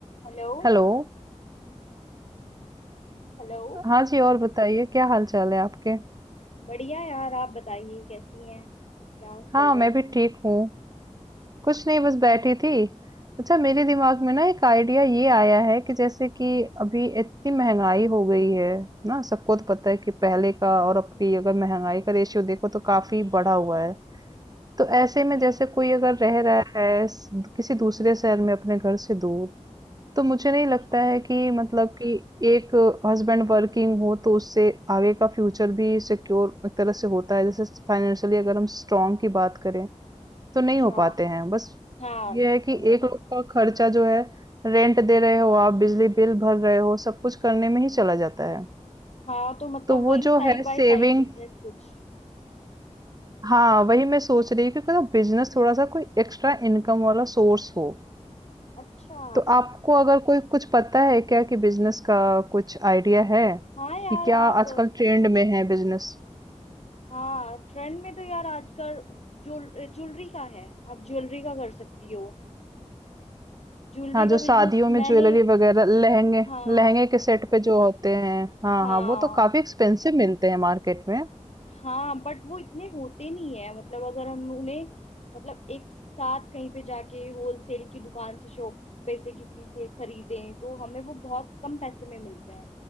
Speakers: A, on the left; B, on the right.
A: हेलो
B: हेलो
A: हेलो
B: हाँ जी और बताइए क्या हाल चाल है आपके
A: बढ़िया यार आप बताइए कैसी हैं क्या चल
B: हाँ
A: रहा
B: मैं
A: है
B: भी ठीक हूँ कुछ नहीं बस बैठी थी अच्छा मेरे दिमाग में ना एक आइडिया ये आया है कि जैसे कि अभी इतनी महंगाई हो गई है ना सबको तो पता है कि पहले का और अब की अगर महंगाई का रेशियो देखो तो काफी बढ़ा हुआ है तो ऐसे में
A: हम्म
B: जैसे कोई अगर रह रहा है स- किसी दूसरे शहर में अपने घर से दूर तो मुझे नहीं लगता
A: अच्छा
B: है कि मतलब कि एक हस्बैंड वर्किंग हो तो उससे आगे का फ्यूचर भी सिक्योर एक तरह से होता है जैसे फाइनेंशियली अगर हम स्ट्रांग की बात करें तो
A: अच्छा,
B: नहीं हो पाते हैं बस
A: हाँ नहीं
B: ये है कि
A: है
B: एक
A: तो
B: लोग का खर्चा जो है रेंट दे रहे हो आप बिजली बिल भर रहे हो सब कुछ करने में ही चला जाता है
A: हाँ तो मतलब
B: तो वो
A: वही
B: जो
A: साइड
B: है
A: बाय
B: सेविंग
A: साइड बिजनेस कुछ
B: हाँ वही मैं सोच रही हूँ कि बिजनेस थोड़ा सा कोई एक्स्ट्रा इनकम वाला सोर्स हो
A: अच्छा
B: तो आपको अगर कोई कुछ पता है क्या कि बिजनेस का कुछ आइडिया है
A: हाँ यार
B: कि क्या
A: आप
B: आजकल ट्रेंड में है बिजनेस
A: हाँ ट्रेंड में तो यार आजकल ज्वेल ज्वेलरी का है आप ज्वेलरी का कर सकती हो ज्वेलरी
B: हाँ
A: का
B: जो शादियों
A: बिजनेस
B: में
A: मैंने
B: ज्वेलरी वगैरह लहंगे
A: हाँ
B: लहंगे के सेट पे जो होते हैं हाँ
A: हाँ
B: हाँ वो तो काफी एक्सपेंसिव मिलते हैं मार्केट में
A: हाँ बट वो इतने होते नहीं है मतलब अगर हम उन्हें मतलब एक साथ कहीं पे जाके होलसेल की दुकान से शॉप पे से किसी से खरीदें तो हमें वो बहुत कम पैसे में मिलते हैं